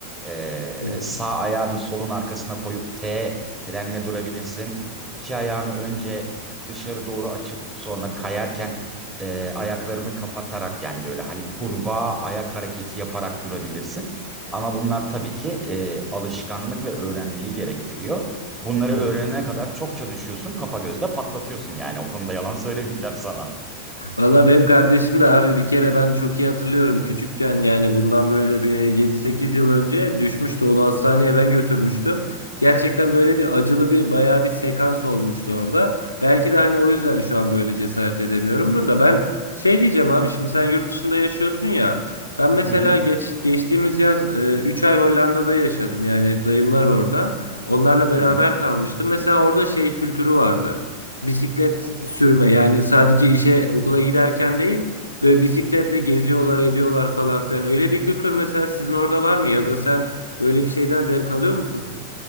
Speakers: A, on the right (about 15°); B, on the left (about 85°).
A: Ee,
B: Hmm,
A: sağ ayağını solun arkasına koyup T frenle durabilirsin. İki ayağını önce dışarı doğru açıp sonra kayarken e, ayaklarını kapatarak yani böyle hani kurbağa ayak hareketi yaparak durabilirsin. Ama bunlar tabii ki e, alışkanlık ve öğrenmeyi gerektiriyor. Bunları
B: hmm.
A: öğrenene kadar çokça düşüyorsun, kafa gözde patlatıyorsun yani. O konuda yalan söylemeyeceğim sana.
B: Valla benim kardeşim de abi bir kere ben çok iyi hatırlıyorum küçükken yani bundan böyle bir yedi sekiz yıl önce düşmüştü onu hastaneye ben götürmüştüm. Gerçekten böyle bir acılı bir bayağı bir sekans olmuştu orada. Belki de hani o yüzden şu an böyle cesaret edemiyorumdur da ben şey diyeceğim abi şimdi sen yurt dışında yaşıyorsun ya. Ben mesela
A: Hı hı.
B: geç, geçtiğimiz yaz e, 3 ay Hollanda'da yaşadım yani dayımlar orada. Onlarla beraber
A: Hı hı.
B: kalmıştım. Mesela orada şey kültürü vardı bisiklet sürme yani sadece işe okula giderken değil böyle bisikletle geziyorlar ediyorlar falan filan öyle bir kültür mesela sizin orada var mı ya da sen böyle bir şeyden zevk alıyor musun?